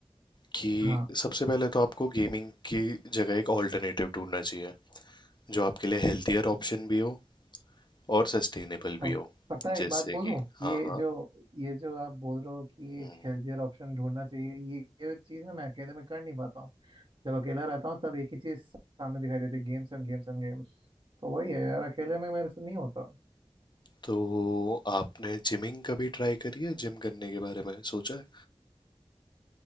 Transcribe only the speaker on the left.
कि
सबसे पहले तो आपको गेमिंग की जगह एक ऑल्टरनेटिव ढूंढना चाहिए जो आपके लिए हेल्थियर ऑप्शन भी हो और सस्टेनेबल
भी हो
जैसे
कि हाँ
हाँ
हम्म।
तो आपने जिमिंग कभी ट्राई करी है जिम करने के बारे में सोचा है